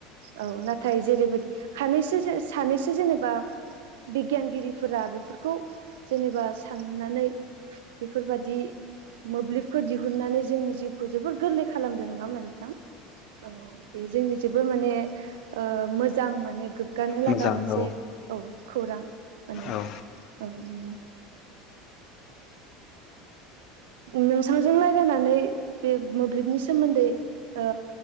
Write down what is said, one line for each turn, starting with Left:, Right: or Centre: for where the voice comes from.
Right: औ नाथाय जेरैबादि हानैसो जे सानैसो जेनेबा बिगियानगिरिफोरा बेफोरखौ जेनेबा साननानै बेफोरबादि मोब्लिबखौ दिहुननानै जोंनि जिउखौ जोबोर गोरलै खालामदों नोङा होमबा नों थां औ औ बे जोंनि जोबोर माने ओ मोजां माने गोग गानो लागा
Left: मोजां
Right: मोनसे
Left: औ
Right: औ। खौरां माने
Left: औ
Right: औ, उम। नोंसांजों लायरायनानै बे मोब्लिबनि सोमोन्दै ओ